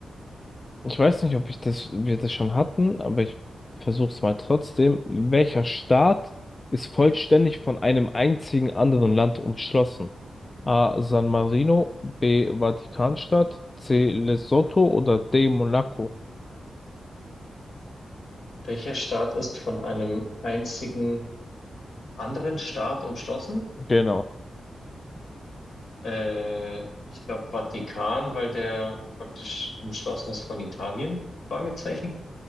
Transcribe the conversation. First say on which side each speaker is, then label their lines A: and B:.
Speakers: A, on the left (about 35°); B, on the left (about 80°).
A: ich weiß nicht, ob ich das, wir das schon hatten, aber ich versuche es mal trotzdem. Welcher Staat ist vollständig von einem einzigen anderen Land umschlossen? A. San Marino, B. Vatikanstadt, C. Lesotho oder D. Monaco?
B: Welcher Staat ist von einem einzigen anderen Staat umschlossen?
A: Genau.
B: Äh, ich glaube Vatikan, weil der praktisch umschlossen ist von Italien? Fragezeichen.